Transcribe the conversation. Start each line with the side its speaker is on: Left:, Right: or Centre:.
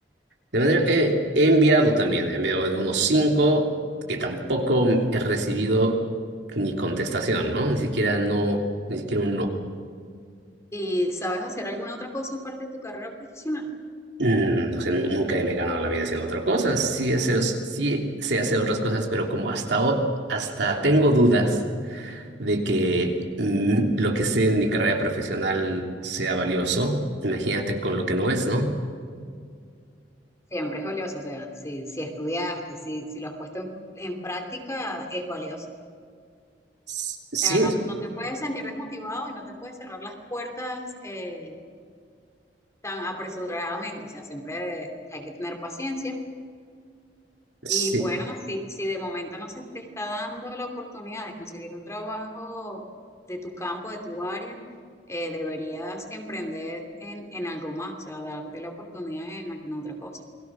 Right: De manera, he, he enviado también, he enviado unos 5 que tampoco he recibido ni contestación, ¿no? Ni siquiera no, ni siquiera un no.
Left: ¿Y sabes hacer alguna otra cosa aparte de tu carrera profesional?
Right: Mm, o sea, nu- nunca me he ganado la vida haciendo otra cosa. Sí, hacer, sí sé hacer otras cosas, pero como hasta, ho- hasta tengo dudas de que mm, lo que sé en mi carrera profesional sea valioso, imagínate con lo que no es, ¿no?
Left: Siempre es valioso, o sea, si, si estudiaste, si, si lo has puesto en, en práctica, es valioso. O
Right: S- Sí,
Left: sea, no,
Right: es que-
Left: no te puedes sentir desmotivado y no te puedes cerrar las puertas eh, tan apresuradamente, o sea, siempre hay que tener paciencia.
Right: sí,
Left: Y bueno, si, si de momento no se te está dando la oportunidad de conseguir un trabajo de tu campo, de tu área, eh, deberías emprender en, en algo más, o sea, darte la oportunidad en alguna otra cosa.